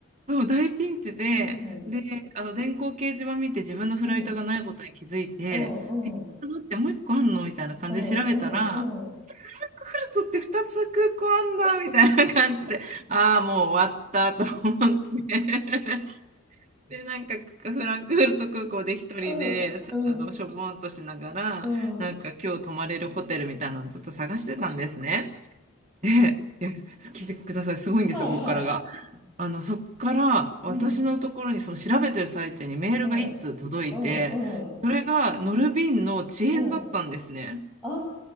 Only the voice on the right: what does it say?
そう、大ピンチで、
で、あの電光掲示板見て自分のフライトがないことに気づいて、
ちょっと待って、もう一個あんのみたいな感じで調べたら、
クルツって二つ空港あんだみたいな感じで、ああ、もう終わったと思って。で、なんかフランクフルト空港で一人で、
さあの、しょぼんとしながら、
なんか今日泊まれるホテルみたいなのずっと探してたんですね。で、いや、聞いてください。すごいんですよ、
ここからが。あの、そっから私のところに、
その調べてる最中にメールが一通届いて、
それが乗る便の遅延だったんですね。